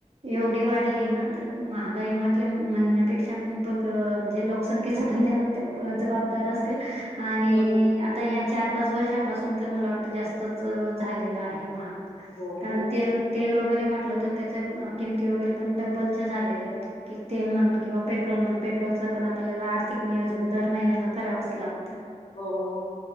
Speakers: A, on the right; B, on the left.
A: एवढी वाढलीय ना तर महागाई म्हटल्या म्हणण्यापेक्षा बघ म्हणजे लोक संख्येचा पण त्या बाबतीत जबाबदार असेल आणि
B: हो, हो.
A: आता ह्या चार पाच वर्षापासून, तर मला वाटतं जास्तच अ झालेलं आहे महाग
B: हो.
A: कारण
B: खूप,
A: तेल,
B: खूप.
A: तेल वगैरे म्हटलं तर त्याच्या किंमती वगैरे पण डब्बलच्या झालेल्या हेत कि तेल म्हण किंवा पेट्रोल म्हण पेट्रोलच पण आपल्याला आर्थिक नियोजन दर महिन्याला करावंच लागत.
B: हो हो.